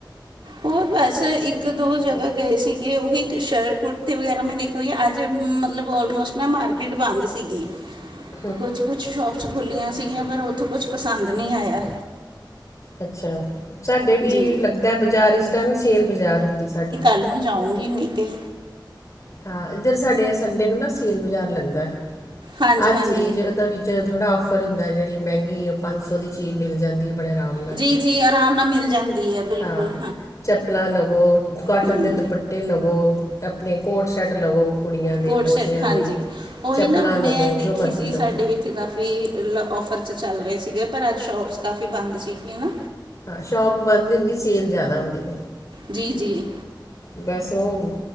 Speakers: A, on the right; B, on the left.
A: ਉਹ ਬਸ ਇੱਕ ਦੋ ਜਗ੍ਹਾ ਗਏ ਸੀਗੇ ਉਹੀ ਸ਼ ਕੁੜਤੀ ਵਗੈਰਾ ਮੈਂ ਦੇਖ ਕਿਉਂਕਿ ਅੱਜ ਮਤਲਬ ਔਲਮੋਸਟ ਨਾ ਮਾਰਕੀਟ ਬੰਦ ਸੀਗੀ।
B: <inaudible>
A: ਕੁਛ ਕੁਛ ਸ਼ੋਪਸ ਖੁੱਲ੍ਹੀਆਂ ਸੀਗੀਆਂ ਪਰ ਉੱਥੋਂ ਕੁਛ ਪਸੰਦ ਨਹੀਂ ਆਇਆ।
B: ਅੱਛਾ ਸਾਡੇ ਵੀ
A: ਜੀ।
B: ਲੱਗਦਾ ਬਾਜ਼ਾਰ ਇਸ ਟਾਈਮ ਸੇਲ ਬਾਜ਼ਾਰ ਹੁੰਦੀ ਸਾਡੀ।
A: ਕੱਲ ਨੂੰ ਜਾਊਗੀ। ਕੀ ਨਹੀਂ ਤੇ
B: ਹਾਂ ਇੱਧਰ ਸਾਡੇ ਸੰਡੇ ਨੂੰ ਨਾ ਸੇਲ ਬਾਜ਼ਾਰ ਲੱਗਦਾ
A: ਹਾਂਜੀ-ਹਾਂਜੀ।
B: ਹਰ ਚੀਜ਼ ਉਹਦਾ ਵਿੱਚ 'ਚ ਥੋੜ੍ਹਾ ਔਫਰ ਹੁੰਦਾ ਜਿਹੜੀ ਮਹਿੰਗੀ ਉਹ ਪੰਜ ਸੌ ਦੀ ਚੀਜ਼ ਮਿਲ ਜਾਂਦੀ। ਬੜੇ ਆਰਾਮ ਨਾਲ
A: ਜੀ-ਜੀ ਆਰਾਮ ਨਾਲ ਮਿਲ ਜਾਂਦੀ ਹੈ ਬਿਲਕੁਲ
B: ਹਾਂ ਚੱਪਲਾਂ ਲਵੋ ਕਾਟਨ
A: ਹੂੰ।
B: ਦੇ ਦੁਪੱਟੇ। ਏਹ ਲਵੋ ਆਪਣੇ ਕੋਟ ਸੈਟ ਲਵੋ। ਕੁੜੀਆਂ ਦੇ
A: ਕੋਟ
B: ਬੱਚਿਆਂ
A: ਸੈਟ ਹਾਂਜੀ
B: ਦੇ
A: ਓਹੀ
B: ਚੱਪਲਾਂ
A: ਨਾ ਮੈਂ
B: ਲਵੋ
A: ਦੇਖੀ
B: ਜੋ ਮਰਜ਼ੀ
A: ਸੀ
B: ਲਵੋ
A: ਸਾਡੇ ਵੀ ਇੱਥੇ ਕਾਫੀ ਲੈ ਔਫਰ 'ਚੱਲ ਰਹੇ ਸੀਗੇ ਪਰ ਅੱਜ ਸ਼ੋਪਸ ਕਾਫੀ ਬੰਦ ਸੀਗੇ ਨਾ।
B: ਸ਼ੋਪ ਬੰਦ ਹੁੰਦੀ ਸੇਲ ਜ਼ਿਆਦਾ ਹੁੰਦੀ।
A: ਜੀ ਜੀ।
B: ਬਸ ਓ